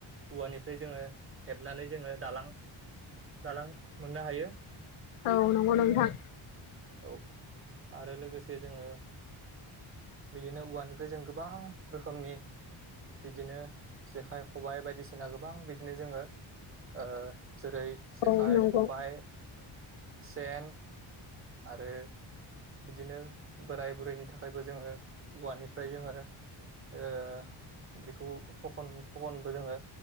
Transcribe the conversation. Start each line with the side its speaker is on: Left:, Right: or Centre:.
Right: औवानिफ्राय जोङो हेबनानै जोङो दालां दालां मोननो हायो।
Left: औ नंगौ नोंथां।
Right: औ आरो लोगोसे जोङो बिदिनो औवानिफ्राय जों गोबां रोखोमनि बिदिनो जेखाइ खबाइ बायदिसिना गोबां बिदिनो जोङो ओ जेरै जेखाइ
Left: औ नंगौ
Right: खबाय सेन आरो बिदिनो बोराय बुरैनि थाखायबो जोङो औवानिफ्राय जोङो ओ बेखौ थखन थखनबो जोङो